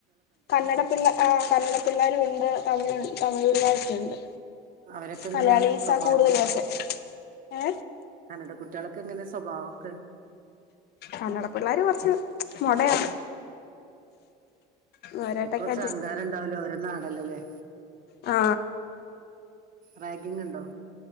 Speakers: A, on the left (about 55°); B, on the right (about 45°).
A: കന്നട പിള്ള ആ കന്നട പിള്ളേരും ഉണ്ട് തമിഴ് തമിഴ്ള്ളേർ ഒക്കെ ഉണ്ട്
B: അവരൊക്കെ എങ്ങനെ
A: മലയാളീസാ
B: സ്വഭാവമൊക്കെ
A: കൂടുതൽ പക്ഷെ ഏ
B: കന്നട കുട്ട- കുട്ടികൾ ഒക്കെ എങ്ങനെ സ്വഭാവമൊക്കെ
A: കന്നട പിള്ളേർ കുറച്ച് മുടയാണ് അവരായിട്ടൊക്കെ
B: ആ കുറച്ച് അഹങ്കാരം ഉണ്ടാവലോ ഓരോ നാടല്ലല്ലേ
A: ആ
B: റാഗിംങ് ഉണ്ടോ